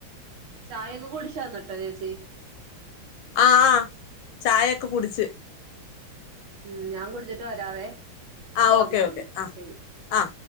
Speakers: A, on the right; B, on the left.
A: ചായയൊക്കെ കുടിച്ചായിരിന്നിട്ട് ചേച്ചി
B: ആ ആ ചായൊക്കെ കുടിച്ച്
A: ഉം ഞാൻ കുടിച്ചിട്ട് വരാവേ ഇപ്പ
B: ആ
A: വന്നേള്ളൂ
B: ഓക്കെ ഓക്കെ ആഹ
A: ശരി
B: ആ